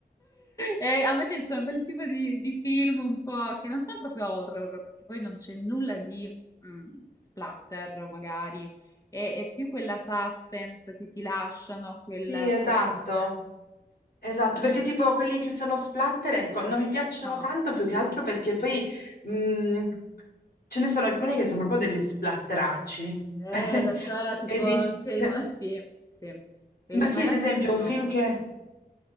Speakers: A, on the left; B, on the left.
A: E a me piacciono quel tipo di, di film un po' che non sono proprio horror, perché poi non c'è nulla di mm, splatter, magari, è, è più quella suspense che ti lasciano, quella,
B: Sì, esatto.
A: quella...
B: Esatto, perché tipo quelli che sono splatter, ecco, non mi piacciono
A: No.
B: tanto più che altro perché poi mh, ce ne sono alcuni che sono proprio degli splatteracci.
A: Eh,
B: <laughs>
A: lo so, tipo
B: E dici,
A: Scream,
B: cioè,
A: <laughs> sì, sì. Quelli-
B: ma sì,
A: Ma in
B: ad
A: realtà
B: esempio,
A: anche Saw,
B: un film che...
A: eh.